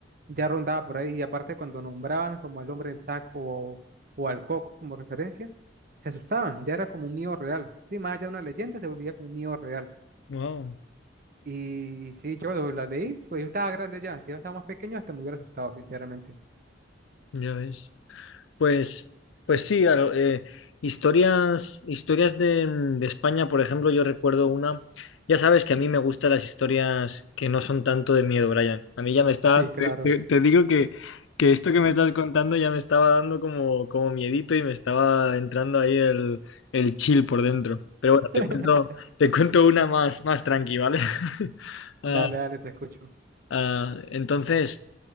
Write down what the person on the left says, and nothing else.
wow.
Ya ves. Pues, pues sí, a eh, historias, historias de, de España, por ejemplo, yo recuerdo una, ya sabes que a mí me gustan las historias que no son tanto de miedo, Brian. A mí ya me está,
te, te- te digo que, que esto que me estás contando ya me estaba dando como, como miedito y me estaba entrando ahí el, el chill por dentro. Pero bueno, te
cuento, te cuento una más, más tranqui, ¿vale? <laughs> Ah,
ah, entonces...